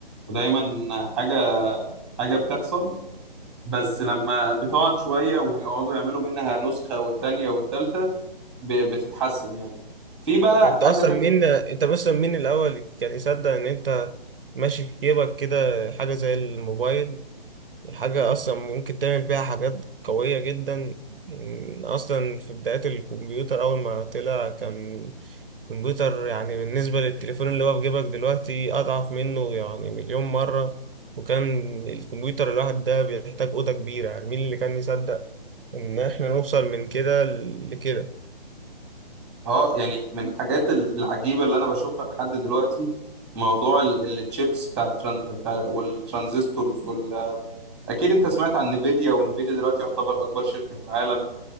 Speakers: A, in the centre; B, on the right.
A: ودايما حاجه حاجه بتحصل بس لما بتقعد شويه ويقعدوا يعملوا منها نسخه والتانيه والتالته ب... بتتحسن يعني في بقى
B: انت
A: حاجه
B: اصلا
A: تانيه
B: مين انت اصلا مين الاول كان يصدق ان انت ماشي في جيبك كده حاجه زي الموبايل حاجه اصلا ممكن تعمل بيها حاجات قويه جدا ان اصلا في بدايات الكمبيوتر اول ما طلع كان الكمبيوتر يعني بالنسبه للتليفون اللي هو في جيبك دلوقتي اضعف منه يعني مليون مره وكان الكمبيوتر الواحد ده بيحتاج اوضه كبيره يعني مين اللي كان يصدق ان احنا نوصل من كده لكده
A: اه يعني من الحاجات ال- العجيبة اللي انا بشوفها لحد دلوقتي موضوع التشيبس بتاع التران... بتاع والترانزستورز وال... اكيد انت سمعت عن نيفيديا ونيفيديا دلوقتي يعتبر اكبر شركة في العالم